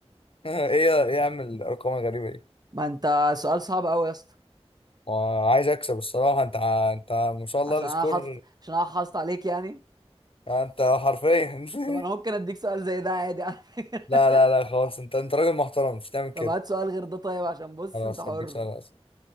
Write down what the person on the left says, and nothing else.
<laughs> إيه يا- إيه يا عم الأرقام الغريبة دي؟
وعايز اكسب الصراحه انت ع- انت ما شاء الله
السكور
اه، انت حرفيا <laughs>
لا لا لا خلاص انت انت راجل محترم مش
تعمل كده
خلاص
هديك سؤال أسهل.